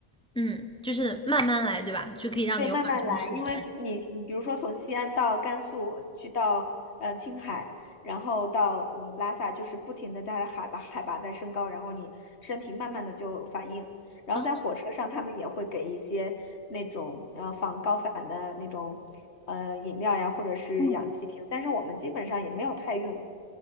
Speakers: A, in the centre; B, on the left.
A: 嗯，就是慢慢来，对吧？就可以让你有缓冲时间。
B: 对，慢慢来，因为你你比如说从西安到甘肃，去到呃青海，然后到嗯拉萨，就是不停的它的海拔海拔在升高，然后你身体慢慢的就反应。然后在火车上，
A: 啊，
B: 他们也会给一些那种呃防高反的那种呃饮料呀，或者是氧气瓶，
A: 嗯
B: 但是我们基本上也没有太用。